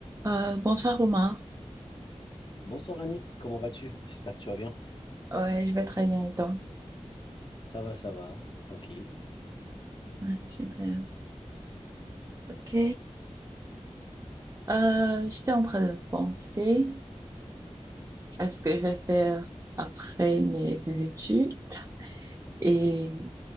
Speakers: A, on the right; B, on the left.
A: Euh, bonsoir Romain.
B: Bonsoir Annick, comment vas-tu? J'espère que tu vas bien.
A: Ouais, je vais très bien et toi?
B: Ça va, ça va, tranquille.
A: Ouais, super. Ok. Euh, j'étais en train de penser à ce que je vais faire après mes mes études et
B: Mhm.